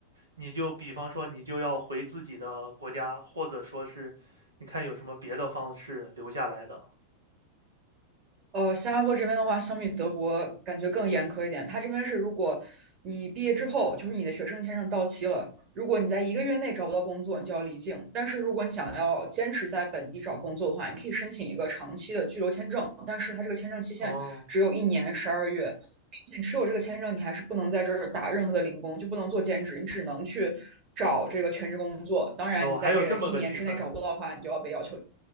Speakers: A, on the right; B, on the right.
A: 你就比方说，你就要回自己的国家，或者说是你看有什么别的方式留下来的。
B: 呃，新加坡这边的话，相比德国感觉更严苛一点。它这边是，如果你毕业之后，就是你的学生签证到期了，如果你在一个月内找不到工作，你就要离境。但是如果你想要坚持在本地找工作的话，你可以申请一个长期的居留签证，但是它这个签证期限只有一年十二个月，
A: 哦，
B: 并且持有这个签证，你还是不能在这儿打任何的零工，就不能做兼职，你只能去找这个全职工作。当然，
A: 哦，
B: 你在这一年之内找不到的话，
A: 还有这么个区分。
B: 你就要被要求。